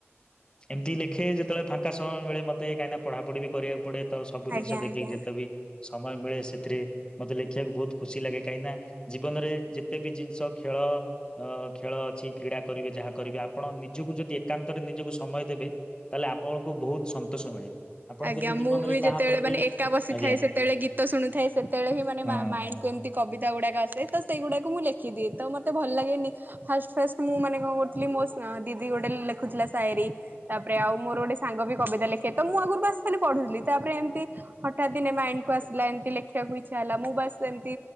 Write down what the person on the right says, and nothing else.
ଆଜ୍ଞା
ଆଜ୍ଞା।
ଆଜ୍ଞା।
ମୁଁ
ବି ଯେତେବେଳେ
ମାନେ ଏକା ବସିଥାଏ
ସେତେବେଳେ ଗୀତ ଶୁଣୁଥାଏ ସେତେବେଳେ ହିଁ ମାନେ
ମାଇଣ୍ଡ କୁ ଏମିତି କବିତା ଗୁଡ଼ାକ ଆସେ। ତ ସେଇଗୁଡ଼ାକୁ ମୁଁ ଲେଖିଦିଏ। ତ ମତେ ଭଲ ଲାଗେନି ଫାଷ୍ଟ ଫାଷ୍ଟ ମୁଁ ମାନେ କଣ କରୁଥିଲି ମୋ ସା ଦିଦି ଗୋଟେ ଲେଖୁଥିଲା ସାଏରି। ତାପରେ ଆଉ ମୋର ଗୋଟେ ସାଙ୍ଗ ବି କବିତା ଲେଖେ। ତ ମୁଁ ଆଗରୁ ବାସ ଖାଲି ପଢୁଥିଲି। ତାପରେ ଏମତି ହଠାତ୍ ଦିନେ ମାଇଣ୍ଡ କୁ ଆସିଲା ଏମିତି ଲେଖିବାକୁ ଇଚ୍ଛା ହେଲା ମୁଁ ବାସ୍ ଏମତି